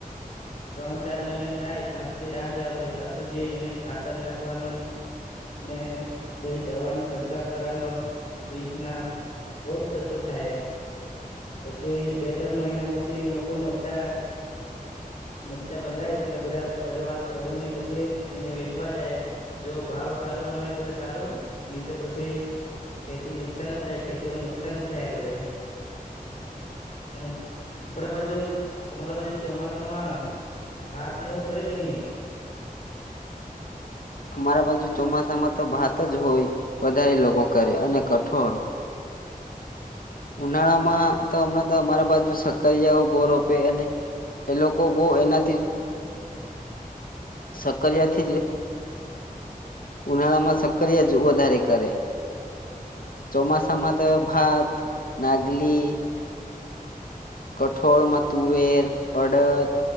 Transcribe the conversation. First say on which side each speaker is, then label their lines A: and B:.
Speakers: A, on the left; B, on the left.
A: ત્રણ ચાર મહિના થાય તાં સુધી રાહ જવા પડે તાં સુધી એમને ખાતર લાખવાનું ને બધી દવાનું છંટકાવ કરવાનો. એવીતના બોજ ખચ્ચો થાય. પસી બે ત્રણ મહિના પછી લોકો મચ્ચા મચ્ચા બંધાય એટલે બધા તોડીવા તોડીને પસી એને વેચવા જાય. જો ભાવ સારો મળે તો સારું ની તો પસી ખેતી નુકસાન જ થાય ખેતીમાં નુકસાન જ થયા કરે. આપડા બાજુ તમારા બાજુ ચોમાસામાં ભાતને એવું કરે કે ની?
B: અમારા બાજુ ચોમાસામાં તો ભાત જ હોય વધારે લોકો કરે અને કઠોળ ઉનાળામાં તો હમણાં તો અમારા બાજુ શકરિયાઓ બો રોપે અને એ લોકો બો એનાથી સકરિયાથી જ ઉનાળામાં સકરિયા જ વધારે કરે ચોમાસામાં તો ભાત નાગલી. કઠોળમાં તુવેર અડદ